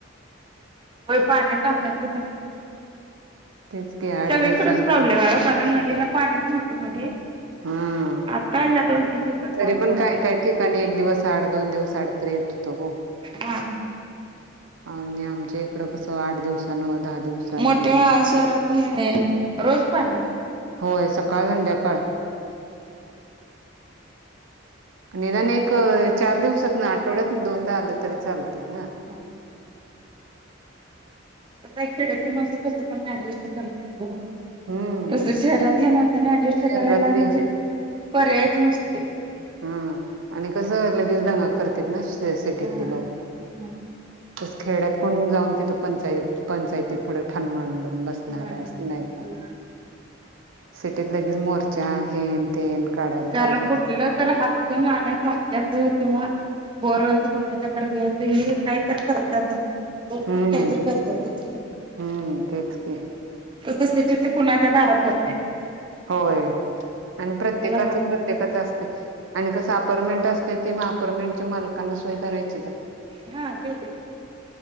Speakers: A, on the right; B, on the right.
A: हो पाण्यात आमच्या कडे पण
B: तेच की आठ
A: सगळीकडेच
B: दिवसांनी
A: प्रॉब्लेमे आहे ओ कारण नदीला पाणीच नव्हतं मध्ये.
B: ह.
A: आता ह्या दोन तीन दिवसात
B: तरी
A: पाऊस
B: पण
A: पडायला
B: काय
A: लागला
B: काय ठिकाणी एक दिवस आड दोन दिवस आड तर येत हो.
A: हा.
B: आणि आमच्या इकडं कस आठ दिवसान दहा. दिवसानं
A: मोठ्या शहरात नाही रोज पाणी.
B: होय सकाळ संध्याकाळ. निदान एक चार दिवसात ना आठवड्यात ना दोनदा आलं तरी चालत ना.
A: असतं. खेड्यातली माणस कसे पण एडजस्ट करत
B: हम्म
A: तसे शहरातल्या माणसे अडजस्ट
B: शहरातले
A: करायला म्हणजे पर्यायच नसते
B: हा आणि कसं लगेच दंग करते ना सिटीतले
A: हा
B: लोक
A: हा
B: तस खेड्यात कोण जाऊन तिथं पंचायत पंचायती पुढे ठाण मांडून बसणार
A: म्हणून
B: आहे असं नाही का सिटीत लगेच मोर्चा हेन तेन काढायला
A: कारण
B: चालू करते
A: कुठलं तर हापसून आणायच हक्षाच किंवा बोरवचं कुणाच्या तर घ्यायचं हे काही तर करतातच झटपट
B: हम्म
A: काय तर करतातच
B: हम्म तेच की
A: तस स्थितीत कुणाच्या दारात जात नहते.
B: होय आणि प्रत्येकाच
A: जात नाहीत.
B: प्रत्येकाच असतय. आणि कसे अपार्टमेंट असते, अपार्टमेंटच्या मालकांना सोय करायची
A: ह ते.